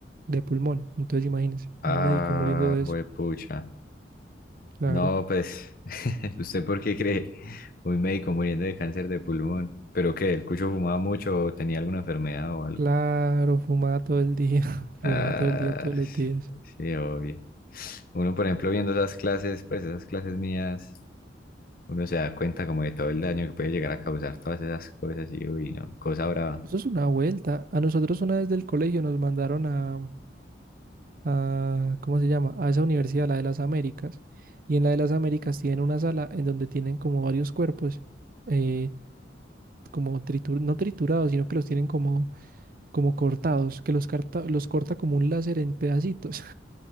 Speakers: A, on the right (about 50°); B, on the left (about 50°).
A: de pulmón. Entonces imagínense,
B: Ah,
A: un médico muriendo de
B: juepucha.
A: eso. Claro,
B: No, pues, <laughs> ¿usted por qué cree un médico muriendo de cáncer de pulmón? ¿Pero qué? ¿El cucho fumaba mucho o tenía alguna enfermedad o algo?
A: claro, fumaba todo el día, <laughs> fumaba
B: Ah,
A: todo el día, todos los días.
B: sí, obvio. Uno, por ejemplo, viendo esas clases, pues esas clases mías. uno se da cuenta como de todo el daño que puede llegar a causar todas esas cosas y uy, no, cosa brava.
A: Eso es una vuelta. A nosotros una vez del colegio nos mandaron a, a, ¿cómo se llama? A esa universidad, la de las Américas. Y en la de las Américas tienen una sala en donde tienen como varios cuerpos. eh, como tritur, no triturados, sino que los tienen como, como cortados, que los, carta- los corta como un láser en pedacitos.